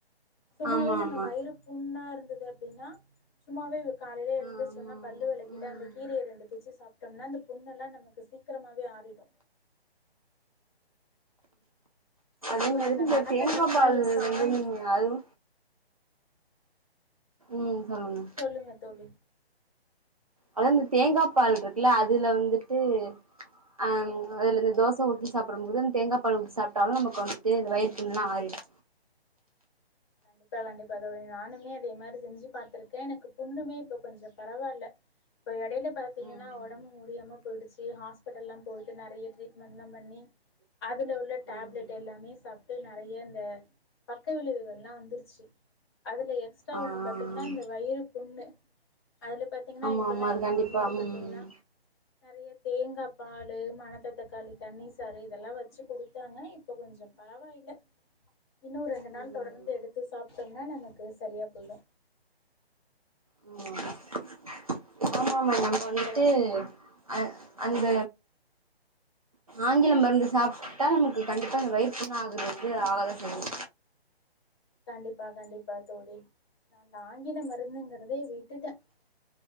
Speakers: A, on the left; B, on the right.
A: சும்மாவே
B: ஆமா
A: நம்ம
B: ஆமா
A: வயிறு புண்ணா இருந்தது அப்டின்னா சும்மாவே காலைல எழுந்திருச்ச
B: ஆ ஆமா
A: ஒன்னே பல்லு
B: ஆமா
A: வெளக்கிட்டு
B: ம்
A: அந்த கீரய ரெண்டு பிச்சு சாப்ட்டோனா அந்த புண்ணெல்லா நமக்கு சீக்கிரமாவே ஆறிடு
B: நீங்க
A: அப்புறம்
B: வந்து
A: அந்த
B: இந்த
A: மணத்த
B: தேங்காபால்
A: தக்காளி காய்
B: வந்து நீங்க அதுவு ம் சொல்லுங்க
A: சொல்லுங்க தோழி
B: அதா இந்த தேங்கா பால் இருக்குல்ல அதுல வந்துட்டு ஆ அதுல இந்த தோச ஊத்தி சாப்டும்போது அந்த தேங்கா பால் ஊத்தி சாப்ட்டாலு நமக்கு வந்து இந்த வயிற்புண்லா ஆறிடு
A: கண்டிப்பா கண்டிப்பா தோழி நானுமே அதே மாரி செஞ்சு பாத்ருக்கே எனக்கு புண்ணுமே இப்ப கொஞ்சோ பரவால்ல இப்போ எடைல பாத்தீங்கன்னா
B: ம்
A: ஒடம்பு முடியாம போய்டுச்சு ஹாஸ்பிடல்லா போய்ட்டு நெறய ட்ரீட்மெண்ட்லா பண்ணி அதுல உள்ள டேப்லெட்
B: ம்
A: எல்லாமே சாப்ட்டு நெறய இந்த பக்க விளைவுகள் லா வந்துருச்சு அதுல எக்ஸ்ட்ரா
B: ஆ
A: ஒண்ணு
B: ஆ
A: பாத்தீங்கன்னா
B: ஆ
A: இந்த வயிறு புண்ணு அதுல பாத் த்தீங்கனா
B: ஆமா
A: இப்பதா
B: ஆமா அது
A: எங்க
B: கண்டிப்பா
A: மாமியார் பாத்தீங்கனா
B: ம்
A: நெறய தேங்கா பாலு மணத்த தக்காளி தண்ணி சாறு இதெல்லா வச்சு குடுத்தாங்க இப்ப கொஞ்சோ பரவா இல்ல இன்னு ரெண்டு நாள்
B: ம்
A: தொட ந்து எடுத்து சா சாப்டோனா நமக்கு சரியா போய்டு
B: ம் ஆ ஆமா ஆமா நம்ம வந்துட்டு
A: அப்பறோ
B: அ அந்த ஆங்கில மருந்து சாப்டா நமக்கு கண்டிப்பா இந்த வயிறு புண் ஆகுதுன்ட்டு ஆகாதா செஞ்ச
A: கண்டிப்பா கண்டிப்பா தோழி அந்த ஆங்கில மருந்துங்கிறதே விட்டுட்ட